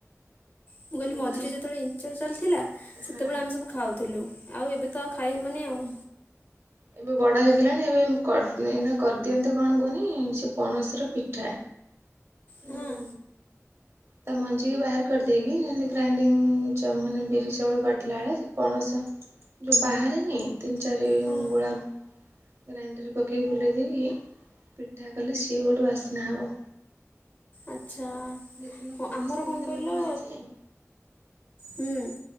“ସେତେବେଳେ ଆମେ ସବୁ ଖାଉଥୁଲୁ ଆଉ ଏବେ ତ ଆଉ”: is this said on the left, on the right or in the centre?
Left